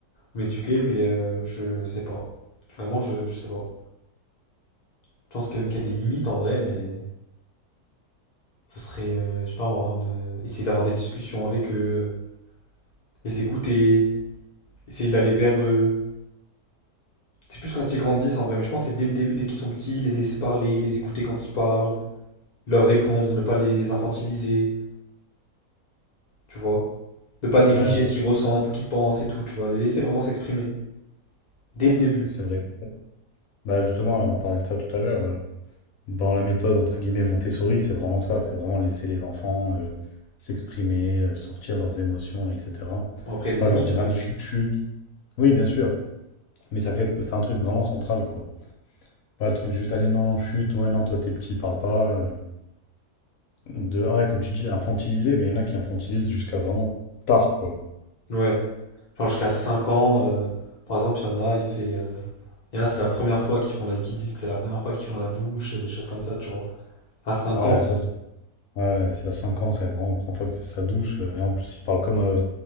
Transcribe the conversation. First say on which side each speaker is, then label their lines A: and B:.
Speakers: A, on the left (about 85°); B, on the left (about 70°).
A: m'éduquer, mais euh, je sais pas. Vraiment, je, je sais pas. Je pense quand même qu'il y a des limites en vrai, mais ce serait, euh, je sais pas moi, avant de- essayer d'avoir des discussions avec eux, les écouter, essayer d'aller vers eux. C'est plus quand ils grandissent en vrai, mais je pense que c'est dès le début, dès qu'ils sont petits, les laisser parler, les écouter quand ils parlent, leur répondre, ne pas les infantiliser, tu vois. Ne pas négliger
B: Ah, je vois
A: ce
B: ce
A: qu'ils
B: que
A: ressentent, ce qu'ils pensent et tout, tu vois. Les laisser vraiment s'exprimer. Dès le début.
B: tu- c'est vrai. Bah justement, là, on parlait de ça tout à l'heure. euh, dans la méthode entre guillemets Montessori, c'est vraiment ça. C'est vraiment laisser les enfants euh, s'exprimer, euh, sortir leurs émotions, etc.
A: Bon, après, il y
B: Pas
A: a des limites,
B: leur dire
A: mais.
B: allez chute chute. Oui, bien sûr. Mais ça fait, c'est un truc vraiment central quoi. Pas le truc juste allez non non chute. Ouais non toi t'es petit, parle pas. euh, de ah ouais comme tu dis infantiliser, mais il y en a qui infantilisent jusqu'à vraiment tard quoi.
A: Ouais. Genre jusqu'à 5 ans, euh, par exemple, il y en a, il fait. euh, Il y en a, c'est la première fois qu'ils font la... qu'ils disent que c'est la première fois qu'ils font la douche, des choses comme ça, tu vois. À cinq
B: Ouais
A: ans, quoi.
B: ça c'est Ouais, ouais, c'est à 5 ans, c'est vraiment la première fois qu'il fait sa douche. euh, Et en plus, il parle comme, euh,